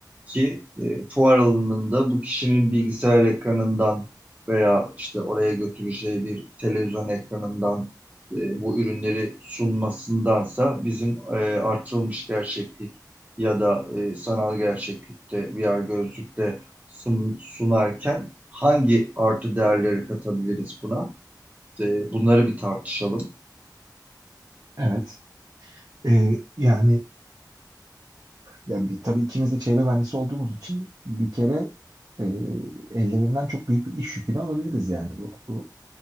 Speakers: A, on the right (about 20°); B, on the right (about 50°).
A: ki e, fuar alanında bu kişinin bilgisayar ekranından veya işte oraya götüreceği bir televizyon ekranından e, bu ürünleri sunmasındansa bizim e, artırılmış gerçeklik ya da e, sanal gerçeklikte VR gözlükle sun- sunarken hangi artı değerleri katabiliriz buna? E, bunları bir tartışalım.
B: Evet. Ee, yani Yani bir, tabii ikimiz de çevre mühendisi olduğumuz için bir kere e, ellerinden çok büyük bir iş yükünü alabiliriz yani. Bu, bu